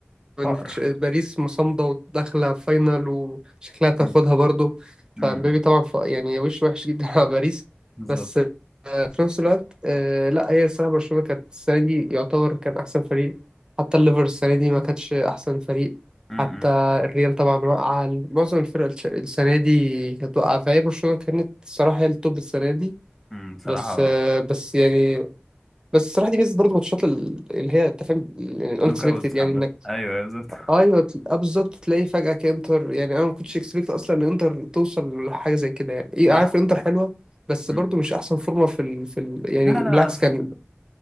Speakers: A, on the right (about 20°); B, in the centre.
A: ان
B: فقر
A: ش- باريس مصمدة وداخلة فاينل وشكلها تاخدها
B: أمم،
A: برضو
B: أمم،
A: فمبابي طبعا ف... يعني وش وحش جدا على باريس
B: بالظبط
A: بس في نفس الوقت آه لا هي الصراحة برشلونة كانت السنة دي يعتبر كان أحسن فريق حتى الليفر السنة دي ما كانتش أحسن فريق
B: أمم،
A: حتى الريال طبعا وقع معظم الفرق الش- السنة دي كانت واقعة فهي برشلونة كانت الصراحة هي التوب السنة دي
B: أمم، بصراحه
A: بس آه بس يعني بس الصراحة دي ميزة برضه ماتشات ال- اللي هي أنت فاهم الأنكسبكتد
B: نوك اوت محمد
A: يعني إنك
B: ايوه أيوة، بالظبط
A: أيوه تل- آه، بالظبط تلاقي فجأة كإنتر يعني أنا ما كنتش إكسبكت أصلا إن إنتر توصل لحاجة زي كده يعني إيه
B: صح
A: عارف إنتر حلوة بس
B: أمم.
A: برضه مش احسن فورمه في ال... في ال... يعني
B: لا
A: بالعكس
B: لا اصل
A: كان